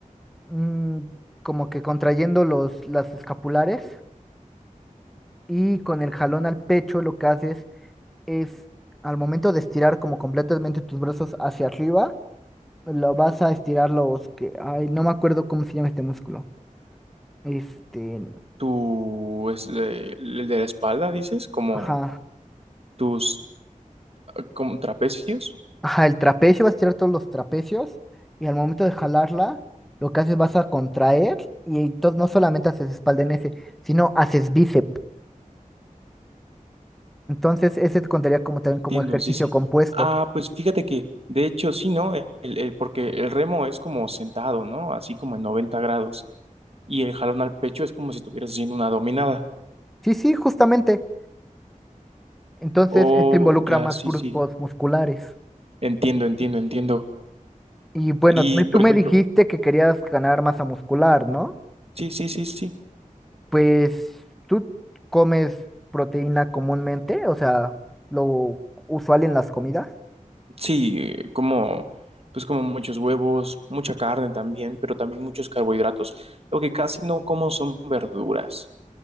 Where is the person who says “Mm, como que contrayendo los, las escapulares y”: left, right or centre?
Centre